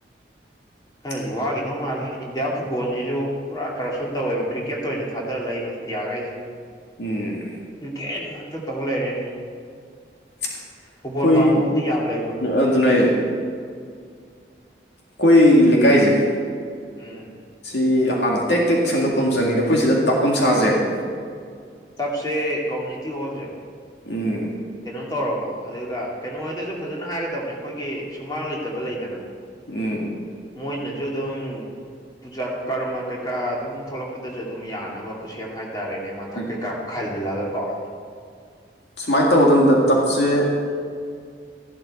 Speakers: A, on the left; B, on the left.
A: <unintelligible>
B: ꯈꯩꯅꯅꯗꯤ ꯋꯥꯈꯤꯗꯧ ꯃꯥꯜꯂꯦ ꯏꯟꯗꯤꯌꯥ ꯐꯨꯠꯕꯣꯜꯁꯤꯁꯨ ꯄꯨꯔꯥ ꯀꯔꯞꯁꯟ ꯇꯧꯋꯦꯕ ꯀ꯭ꯔꯤꯛꯀꯦꯠꯇ ꯑꯣꯏꯅ ꯊꯥꯗꯔ ꯂꯩꯕ ꯏꯟꯗꯤꯌꯥꯒꯩꯁꯤꯦ <unintelligible>
A: ꯎ
B: ꯀ꯭ꯔꯤꯀꯦꯠ ꯉꯥꯛꯇ ꯇꯧꯕ ꯂꯩꯔꯦꯅꯦ
A: ꯑꯩꯈꯣꯏ
B: ꯐꯨꯠꯕꯣꯜ ꯄꯥꯝꯕꯕꯨꯗꯤ ꯌꯥꯝ ꯂꯩꯕ
A: ꯑꯗꯨꯅ ꯑꯩꯈꯣꯏꯒꯤ ꯂꯩꯀꯥꯏꯁꯦ
B: ꯎꯝ
A: ꯁꯤ ꯍꯥꯟꯅ ꯇꯦꯛ ꯇꯦꯛ ꯁꯦꯝꯒꯠꯄ ꯑꯃ ꯆꯪꯉꯦꯗ ꯑꯩꯈꯣꯏ ꯁꯤꯗ ꯇꯞ ꯑꯃ ꯁꯥꯖꯦꯕ
B: ꯇꯕꯁꯦ ꯀꯃꯨꯅꯤꯇꯤ ꯍꯜꯁ
A: ꯎꯝ
B: ꯀꯩꯅꯣ ꯇꯧꯔꯕ ꯑꯗꯨꯒ ꯀꯩꯅꯣ ꯍꯣꯏꯗꯁꯨ ꯐꯖꯅ ꯍꯥꯏꯒꯗꯕꯅꯦ ꯑꯩꯈꯣꯏꯒꯤ ꯁꯨꯃꯥꯡ ꯂꯩꯇꯕ ꯂꯩꯗꯅ
A: ꯎꯝ
B: ꯃꯣꯏꯅꯁꯨ ꯑꯗꯨꯝ ꯄꯨꯖꯥ ꯀꯔꯃ ꯀꯩꯀꯥ ꯑꯗꯨꯝ ꯊꯣꯛꯂꯛꯄꯗꯁꯨ ꯑꯗꯨꯝ ꯌꯥꯅꯕ ꯈꯨꯠꯁꯦꯝ ꯍꯥꯏꯦ ꯍꯥꯏꯇꯥꯔꯦꯅꯦ ꯃꯊꯛ
A: ꯎꯝ
B: ꯀꯩꯀꯥ ꯈꯜꯂꯒ ꯀꯣ
A: ꯁꯨꯃꯥꯏꯅ ꯇꯧꯕꯗꯕꯗ ꯇꯞꯁꯦ